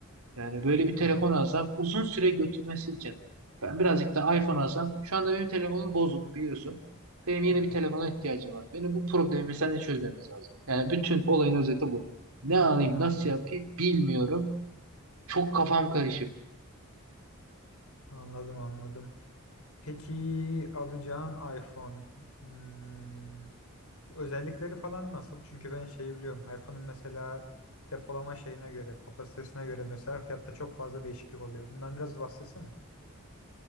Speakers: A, on the right; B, on the left.
A: Yani böyle
B: Hmm,
A: bir telefon alsam uzun süre götürmesi için ben birazcık da iPhone alsam şu anda benim telefonum bozuk biliyorsun. Benim yeni
B: Evet.
A: bir telefona ihtiyacım var. Benim bu problemi seninle çözmemiz lazım. Yani bütün olayın özeti bu. Ne alayım
B: Anladım.
A: nasıl yapayım bilmiyorum. Çok kafam karışık.
B: Anladım anladım. Peki alacağın iPhone. Hmm, Özellikleri falan nasıl? Çünkü ben şeyi biliyorum. iPhone'un mesela depolama şeyine göre, kapasitesine göre mesela fiyatta çok fazla değişiklik oluyor. Bundan biraz bahsetsene.